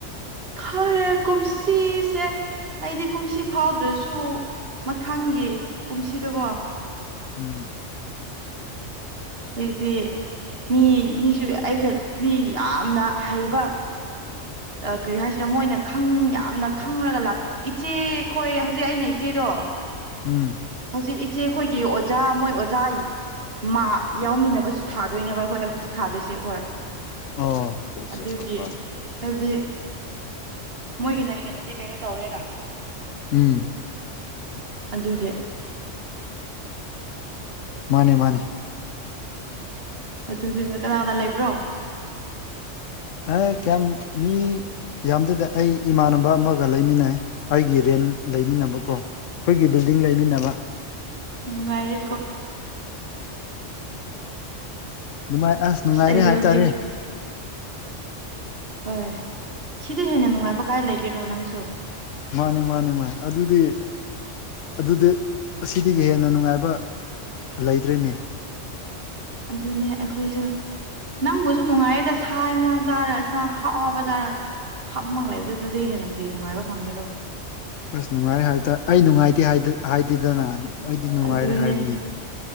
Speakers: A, on the right; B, on the left.
A: ꯈꯔꯦ ꯀꯨꯨꯝꯁꯤꯁꯦ ꯑꯩꯗꯤ ꯀꯨꯝꯁꯤ ꯐꯥꯎꯗ꯭ꯔꯁꯨ ꯃꯊꯪꯒꯤ ꯀꯨꯝꯁꯤꯗꯀꯣ
B: ꯎꯝ
A: ꯑꯗꯤ ꯃꯤ ꯃꯤꯁꯨ ꯑꯩ ꯃꯤ ꯌꯥꯝꯅ ꯍꯩꯕ ꯀꯔꯤ ꯍꯥꯏꯁꯤꯔ ꯃꯣꯏꯅ ꯈꯪ ꯌꯥꯝꯅ ꯈꯪꯉꯒ ꯂ ꯏꯆꯦꯈꯣꯏ ꯍꯧꯖꯤꯛ ꯑꯩꯅ ꯏꯆꯦꯗꯣ
B: ꯎꯝ
A: ꯍꯧꯖꯤꯛ ꯏꯆꯦ ꯑꯩꯈꯣꯏꯒꯤ ꯑꯣꯖꯥ ꯃꯣꯏ ꯑꯣꯖꯥ ꯃꯥ ꯌꯥꯎꯃꯤꯟꯅꯕꯁꯨ ꯊꯥꯗꯣꯏꯅꯦꯕ ꯑꯩꯈꯣꯏ ꯍꯧꯖꯤꯛ ꯊꯥꯗꯣꯏꯁꯦ ꯑꯩꯈꯣꯏ
B: ꯑꯣ ꯀ
A: ꯑꯗꯨꯒꯤ
B: ꯄ꯭ꯔꯐꯥ
A: ꯍꯥꯏꯕꯗꯤ ꯃꯣꯏꯒꯤꯅ ꯍꯦꯟꯅꯗꯤ ꯀꯩꯅꯣ ꯇꯧꯔꯦꯅ
B: ꯎꯝ
A: ꯑꯗꯨꯒꯤ
B: ꯃꯥꯅꯦ ꯃꯥꯅꯦ
A: ꯑꯗꯨꯗꯨꯗ ꯀꯅꯥꯏ ꯀꯅꯥ ꯂꯩꯕ꯭ꯔꯣ
B: ꯑꯦ ꯀ ꯃꯤ ꯌꯥꯝꯗꯗꯤ ꯑꯩ ꯏꯃꯥꯟꯅꯕ ꯑꯃꯒ ꯂꯩꯃꯤꯟꯅꯩ ꯑꯩꯒꯤ ꯔꯦꯟ ꯂꯩꯃꯤꯟꯅꯕꯀꯣ ꯑꯩꯈꯣꯏꯒꯤ ꯕꯤꯜꯗꯤꯡ ꯂꯩꯃꯤꯟꯅꯕ
A: ꯅꯨꯡꯉꯥꯏꯔꯦ ꯀ
B: ꯅꯨꯡꯉꯥꯏ ꯑꯁ ꯅꯨꯡꯉꯥꯏꯔꯦ
A: ꯑꯩꯗꯤ
B: ꯍꯥꯏꯇꯥꯔꯦ
A: ꯍꯧꯖꯤꯛ ꯍꯣꯏ ꯁꯤꯗꯤ ꯍꯦꯟꯅ ꯅꯨꯡꯉꯥꯏꯕ ꯀꯥꯏ ꯂꯩꯒꯦꯔꯣ ꯅꯪꯁꯨ
B: ꯃꯥꯅꯤ ꯃꯥꯅꯤ ꯃꯥ ꯑꯗꯨꯗꯤ ꯑꯗꯨꯗꯤ ꯑꯁꯤꯗꯒꯤ ꯍꯦꯟꯅ ꯅꯨꯡꯉꯥꯏꯕ ꯂꯩꯗ꯭ꯔꯔꯤꯅꯦ
A: ꯑꯗꯨꯅꯤ ꯑꯩꯈꯣꯏꯁꯨ ꯅꯪꯕꯨꯁꯨ ꯅꯨꯡꯉꯥꯏꯌꯦꯗ ꯁꯥ ꯌꯦꯟꯁꯥꯡ ꯆꯥꯔ ꯁꯥ ꯍꯥꯎ ꯍꯥꯎꯕ ꯆꯥꯔ ꯐꯝꯃꯪ ꯂꯩꯏꯕꯗꯨ ꯑꯗꯨꯗꯩ ꯍꯦꯟꯅ ꯀ꯭ꯔꯤ ꯅꯨꯡꯉꯥꯏꯕ ꯐꯪꯉꯤꯔꯣ
B: ꯑꯁ ꯅꯨꯡꯉꯥꯏꯔꯦ ꯍꯥꯏꯇꯥꯔꯦ ꯑꯩ ꯅꯨꯡꯉꯥꯏꯇꯦ ꯍꯥꯏꯗꯦꯗꯅ ꯑꯩꯗꯤ ꯅꯨꯡꯉꯥꯏꯔꯦ
A: ꯑꯗꯨꯅꯦ
B: ꯍꯥꯏꯕꯅꯤ